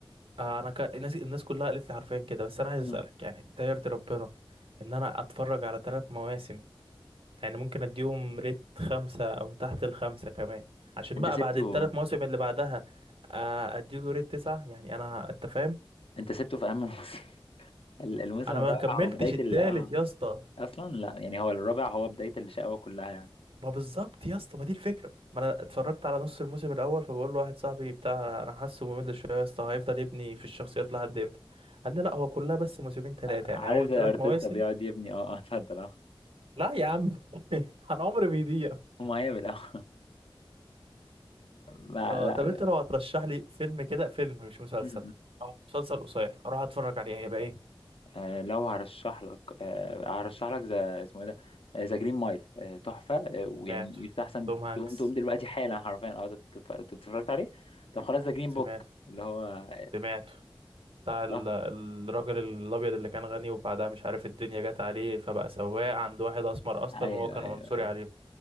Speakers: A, on the right; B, on the left.
A: آه، انا ك... الناس الناس كلها قالت لي حرفيا كده بس انا عايز
B: مم.
A: اسالك يعني ده يرضي ربنا ان انا اتفرج على ثلاث مواسم يعني ممكن اديهم ريت خمسة او تحت الخمسة كمان عشان
B: انت
A: بقى
B: سبته
A: بعد الثلاث مواسم اللي بعدها آه، اديله ريت تسعة يعني انا انت فاهم
B: انت سبته في اهم موسم <laughs> ال- الموسم
A: انا
B: الرابع
A: ما كملتش
B: هو بداية
A: التالت
B: ال اه
A: يا اسطى
B: اصلا لا يعني هو الرابع هو بداية الشقاوة كلها يعني
A: ما بالظبط يا اسطى ما دي الفكرة ما انا اتفرجت على نص الموسم الاول فبقول له واحد صاحبي بتاع انا حاسه ممل شوية يا اسطى هيفضل يبني في الشخصيات لحد امتى قال لي لا هو كلها بس موسمين ثلاثة
B: آه، عارف
A: يعني اول
B: زي
A: ثلاث
B: ارتيتا
A: مواسم
B: بيقعد يبني اه اه اتفضل اه
A: لا يا عم <laughs> انا عمري بيضيع
B: مقابل اه ما-
A: آه
B: <laughs> لا
A: طب انت لو هترشح لي فيلم كده فيلم مش مسلسل
B: م- م.
A: او مسلسل قصير اروح اتفرج عليه هيبقى ايه
B: آه لو هرشح لك آه هرشح لك ذا اسمه ايه ده ذا جرين مايل آه تحفة آه، ويعني
A: سمعته
B: يستحسن
A: توم هانكس
B: تقوم تقوم دلوقتي حالا حرفيا اه تت- تت- تت- اتفرجت عليه طب خلاص ذا جرين
A: سمعته
B: بوك اللي هو
A: سمعته بتاع ال-
B: الله
A: الراجل الابيض اللي كان غني وبعدها مش عارف الدنيا جت عليه فبقى سواق عند واحد اسمر اصلا
B: ايوه
A: وهو كان
B: ايوه
A: عنصري
B: ايوه
A: عليه